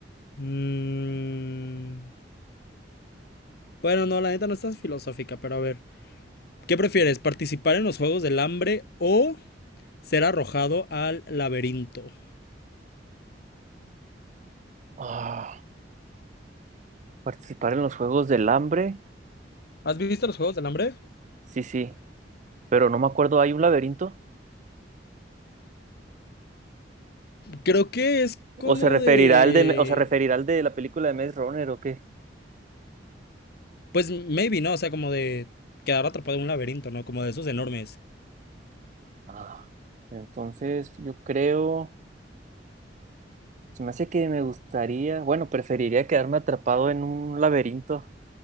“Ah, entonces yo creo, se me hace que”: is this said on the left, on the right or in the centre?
Right